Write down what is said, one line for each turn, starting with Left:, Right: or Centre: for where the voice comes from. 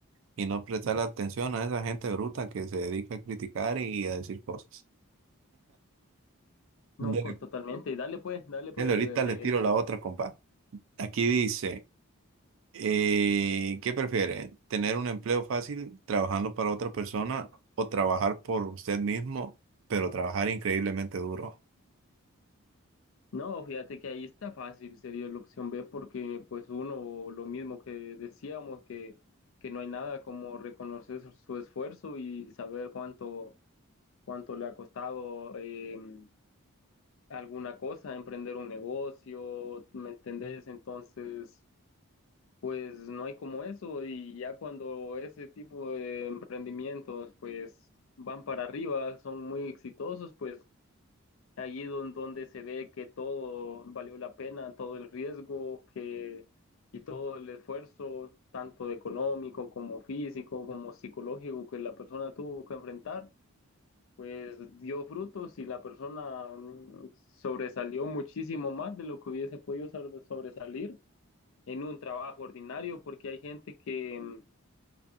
Right: y no prestar atención a esa gente bruta que se dedica a criticar y a decir cosas.
Left: No,
Right: Dele,
Left: co- totalmente, dale pues, dale pues,
Right: dele, ahorita
Left: de, de-
Right: le tiro la otra, compa. Aquí dice, eh, ¿qué prefiere? ¿Tener un empleo fácil trabajando para otra persona o trabajar por usted mismo, pero trabajar increíblemente duro?
Left: No, fíjate que ahí está fácil, sería la opción B, porque pues uno, lo mismo que decíamos, que, que no hay nada como reconocer su su esfuerzo y saber cuánto, cuánto le ha costado em, alguna cosa, emprender un negocio, ¿me entendés? Entonces, pues no hay como eso y ya cuando ese tipo de emprendimientos pues van para arriba, son muy exitosos, pues allí don- donde se ve que todo valió la pena, todo el riesgo que, y todo el esfuerzo, tanto de económico como físico, como psicológico que la persona tuvo que enfrentar, pues dio frutos y la persona mm, sobresalió muchísimo más de lo que hubiese podido sobre- sobresalir en un trabajo ordinario, porque hay gente que... mm,